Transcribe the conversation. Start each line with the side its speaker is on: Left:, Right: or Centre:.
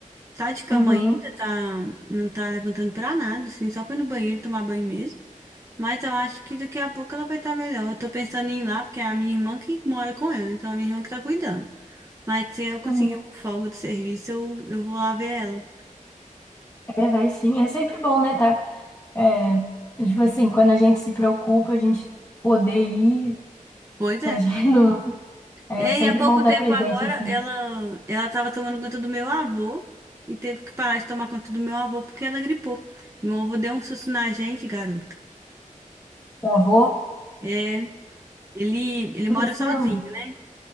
Right: Tá de cama
Left: Uhum.
Right: ainda, tá, não tá levantando pra nada, assim, só pra ir no banheiro tomar banho mesmo. Mas eu acho que daqui a pouco ela vai estar melhor. Eu tô pensando em ir lá, porque é a minha irmã que mora com ela, então é a minha irmã que tá cuidando. Mas se eu conseguir
Left: Uhum.
Right: uma folga do serviço, eu, eu vou lá ver ela.
Left: É, vai sim. É sempre bom, né? Tá, é, tipo assim, quando a gente se preocupa, a gente poder ir
Right: Pois
Left: pra
Right: é.
Left: gente. <laughs> não- É
Right: E aí,
Left: sempre
Right: há pouco
Left: bom estar
Right: tempo
Left: presente,
Right: agora,
Left: assim.
Right: ela, ela tava tomando conta do meu avô e teve que parar de tomar conta do meu avô porque ela gripou. Meu avô deu um susto na gente, garoto.
Left: O avô.
Right: É, ele, ele
Left: Aconteceu?
Right: mora sozinho, né?